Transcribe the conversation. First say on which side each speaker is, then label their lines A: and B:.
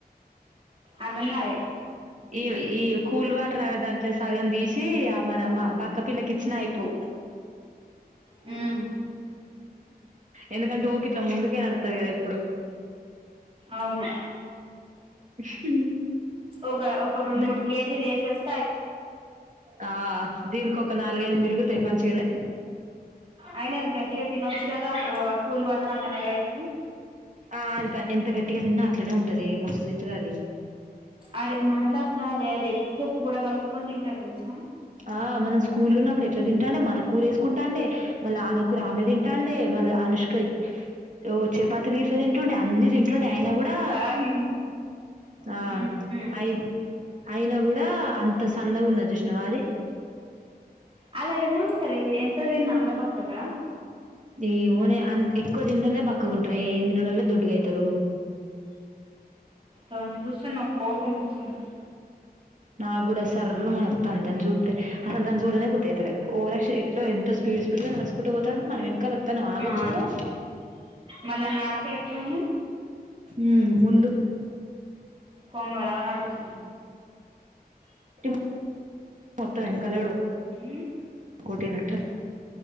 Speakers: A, on the right; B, on the right.
A: అదన్నారే
B: ఈ ఈ కూల్ వాటర్ దాంట్లో సగం దీసి మనమ్ బక్క పిల్లకిిచ్చన అయిపో
A: మ్మ్
B: ఎందుకంటే ఊకిట్లా ముందుకే నడుత్తది గదా ప్పుడు
A: అవును
B: హ్మ్
A: ఒక ఒక రొండు
B: ద
A: మూడు కేజీలు ఏసెస్
B: ఆ దీనికొక లేదు మిలుగుతాయి బంచిగనే
A: అయినా అది గట్టిగా తినొచ్చు కదా అప్పుడు లోవ కూల్ వాటర్ ఆమెను గైతది
B: ఆ అది ఎంత గట్టిగా తిన్నా అట్లనే ఉంటదే మస్తు తింటది అది
A: అరే మనలా కాదే అది ఎక్కువ కూర కలుపుకొని తింటాది తెలుసా
B: ఆ మనం స్కూల్ ఉన్నప్పుడు ఎట్ల తింటాండే మన కూర వేసుకుంటాండే ఏ మళ్ళీ ఆమె కూర ఆమె తింటాండే మల్ల అనుష్క ఓ చపాతీలు ఇట్లా తింటుండే అన్ని తింటుండే అయినా కూడా
A: సారీ
B: ఆ
A: మ్మ్ మ్మ్
B: అయి అయినా కూడా అంత సన్నగ ఉన్నది చూసినావా అది
A: అలా ఎలా ఉంటారు ఎ ఎంత తిన్న బక్ కదా
B: ఏమో నే అంత ఎక్కువ తిన్నొల్లే బక్కగా ఉంటారే ఏమి తిన్నొల్లే దొడ్డుగా అయితారు
A: దాని చూస్తే నాకు కోపం వస్తుంది
B: నాకు కూడా సర్రు మనీ వస్తాంది దాన్ని చూస్తే అస్సలు దాన్ని చూడనే బుద్ధి అయితలే ఓవరాక్షన్ ఎట్ల ఎంత స్పీడ్ స్పీడ్ గా నడుచుకుంట పోతాంది మన వెనకాల ఓ తను ఆగొచ్చు
A: ఆ
B: కదా
A: మళ్ళా నడక ఎట్లుంది
B: యూ ముందు
A: కొంగలా నడుస్
B: కొట్టి మొత్తం ఎనక చూడు
A: ఉ
B: కోటి నట్లు